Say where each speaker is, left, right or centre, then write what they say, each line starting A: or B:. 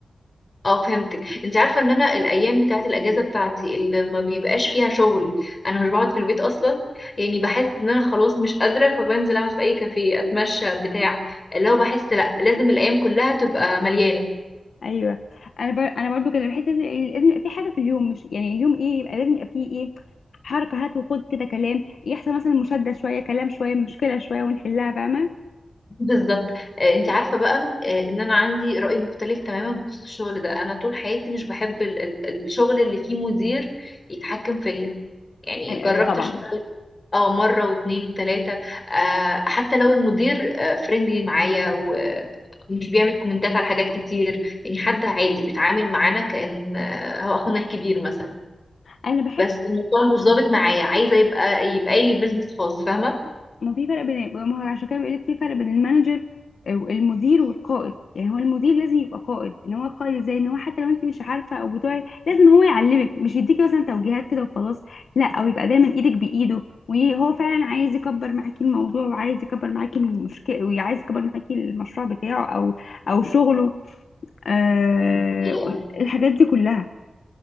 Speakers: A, on the left; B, on the left.
A: اه فهمتك انت عارفه ان انا الايام بتاعه الاجازه بتاعتي اللي ما بيبقاش فيها شغل انا مش بقعد في البيت اصلا يعني بحس ان انا خلاص مش قادره فبنزل اقعد في اي كافيه اتمشى بتاع اللي هو بحس لا لازم الايام كلها تبقى مليانه
B: ايوه انا بر... انا برضو كده بحس ان لازم يبقى في حاجه في اليوم مش يعني اليوم ايه يبقى لازم يبقى فيه ايه حركه هات وخد كده كلام يحصل مثلا مشاده شويه كلام شويه مشكله شويه ونحلها فاهمه
A: بالظبط آه، انت عارفه بقى آه، ان انا عندي راي مختلف تماما بخصوص الشغل ده انا طول حياتي مش بحب ال- ال- الشغل اللي فيه مدير يتحكم فيا يعني
B: أي-
A: جربت
B: ايوه طبعا
A: اشتغل اه مرة واتنين وتلاتة آه حتى لو المدير آه فريندلي معايا ومش بيعمل كومنتات على حاجات كتير يعني حد عادي بيتعامل معانا كأن آه هو أخونا الكبير مثلا
B: انا بحب
A: بس الموضوع مش ظابط معايا عايزة يبقى يبقى لي بيزنس خاص فاهمة
B: ما في فرق بين ما هو عشان كده بيقول لك في فرق بين المانجر والمدير والقائد يعني هو المدير لازم يبقى قائد ان هو قائد ازاي ان هو حتى لو انت مش عارفه او بتوعي لازم هو يعلمك مش يديكي مثلا توجيهات كده وخلاص لا او يبقى دايما ايدك بايده وهو فعلا عايز يكبر معاكي الموضوع وعايز يكبر معاكي المشكله وعايز يكبر معاكي المشروع بتاعه او او شغله آه
A: حقيقة.
B: الحاجات دي كلها